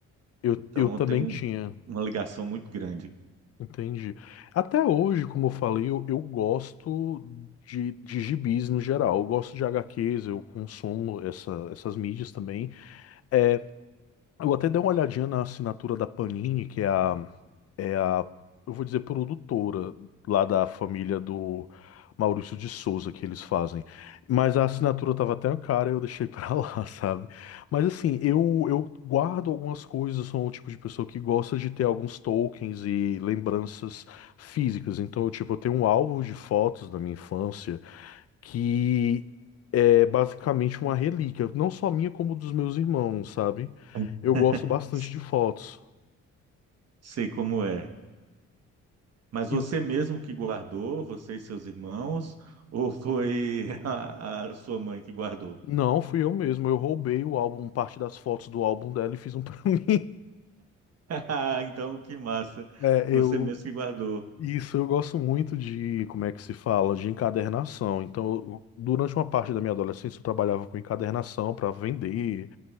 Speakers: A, on the left (about 55°); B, on the right (about 55°).
A: Eu,
B: Então
A: eu também
B: eu tenho
A: tinha,
B: um- uma ligação muito grande.
A: entendi. Até hoje, como eu falei, eu, eu gosto de, de gibis no geral. Eu gosto de HQs, eu consumo essa- essas mídias também. É, Eu até dei uma olhadinha na assinatura da Panini, que é a, é a, eu vou dizer, produtora lá da família do Maurício de Souza que eles fazem. Mas a assinatura tava até cara, eu deixei <laughs> pra lá, sabe? Mas assim, eu, eu guardo algumas coisas, sou o tipo de pessoa que gosta de ter alguns tokens e lembranças físicas. Então, eu, tipo, eu tenho um álbum de fotos da minha infância que é basicamente uma relíquia, não só minha, como dos meus irmãos, sabe?
B: <laughs>
A: Eu gosto bastante de fotos.
B: Sei como é. Mas
A: E
B: você
A: o-
B: mesmo que guardou, você e seus irmãos, ou foi <laughs> a, a sua mãe que guardou?
A: Não, fui eu mesmo. Eu roubei o álbum, parte das fotos do álbum dela e fiz um <laughs> pra mim.
B: <laughs> Então, que massa.
A: É,
B: Você
A: eu.
B: mesmo que guardou.
A: Isso, eu gosto muito de, como é que se fala, de encadernação. Então, eu- durante uma parte da minha adolescência, eu trabalhava com encadernação para vender.